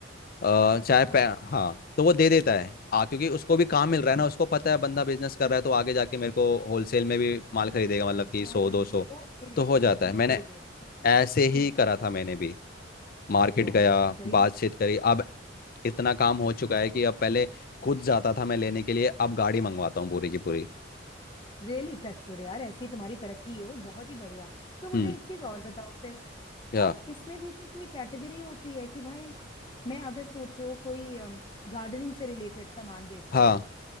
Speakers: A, on the left; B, on the left.
A: अ,
B: अच्छा
A: चाहे पै- हाँ तो वो दे देता है आ क्योंकि उसको भी काम मिल
B: ओके
A: रहा है ना उसको पता है बंदा बिजनेस कर रहा है तो आगे जाके मेरे को होलसेल में भी माल खरीदेगा मतलब कि
B: हाँ
A: सौ दो सौ
B: Okay
A: तो हो जाता है
B: okay
A: मैंने
B: very good
A: ऐसे
B: ठीक
A: ही करा
B: है
A: था मैंने भी मार्केट
B: बहुत
A: गया
B: सही
A: बातचीत करी अब इतना काम हो चुका है कि अब पहले खुद जाता था मैं लेने के लिए अब गाड़ी मंगवाता हूँ पूरी की पूरी
B: रियली टचवुड यार ऐसी तुम्हारी तरक्की हो बहुत ही बढ़िया तो मुझे
A: हम्म
B: एक चीज और बताओ फिर
A: या
B: अब इसमें भी क्या कोई कैटेगरी होती है कि भाई मैं अगर सोचो कोई गार्डनिंग से रिलेटेड सामान बेच
A: हाँ
B: रही हूँ